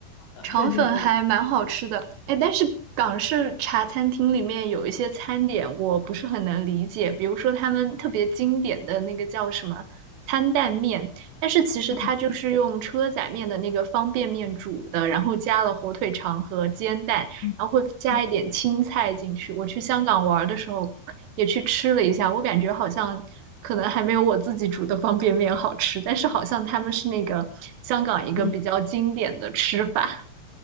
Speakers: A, on the left; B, on the right.
A: 呃对对对。
B: 肠粉还蛮好吃的，哎，但是港式茶餐厅里面有一些餐点我不是很能理解，比如说他们特别经典的那个叫什么餐蛋面，但是其实它就是用车仔面的那个方便面煮的，
A: 嗯
B: 然后加了火腿肠和煎蛋，
A: 嗯
B: 然后会加一点青菜进去。
A: 嗯
B: 我去香港玩儿的时候也去吃了一下，我感觉好像。可能还没有我自己煮的方便面好吃，但是好像他们是那个香港一个比较经典的吃法。
A: 嗯，